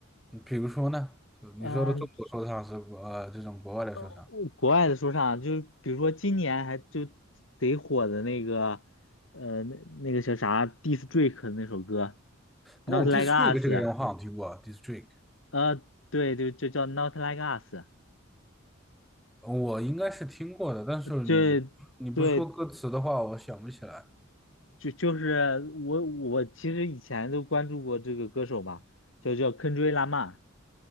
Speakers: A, in the centre; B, on the left (about 65°).
A: 嗯比如说呢，就你说的中国说唱是国呃这种国外的说唱。
B: 嗯，呃，我国外的说唱，就比如说今年还就贼火的那个，呃，那那个叫啥 d i s t Drake 的那首歌，Not
A: 哦，District
B: Like Us，
A: 这个人我好像听过，District
B: 呃，对对，就叫 Not Like Us，
A: 我应该是听过的，但是你你不说歌词的话，
B: 这对
A: 我想不起来。
B: 就就是我我其实以前都关注过这个歌手吧，就叫 k e n d r i Lamar，